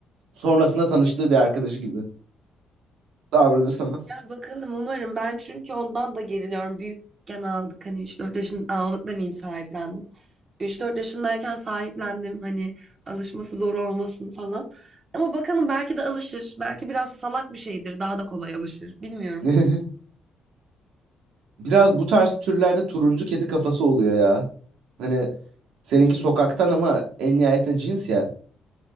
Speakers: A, on the right; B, on the right.
A: Sonrasında tanıştığı bir arkadaşı gibi davranır sana.
B: Ya bakalım umarım ben çünkü ondan da geriliyorum. Büyükken aldık hani üç dört yaşın aldık demeyeyim sahiplendim. üç dört yaşındayken sahiplendim hani alışması zor olmasın falan. Ama bakalım belki de alışır. Belki biraz salak bir şeydir. Daha da kolay alışır. Bilmiyorum.
A: <laughs> Biraz bu tarz türlerde turuncu kedi kafası oluyor ya. Hani seninki sokaktan ama en nihayetinde cins ya.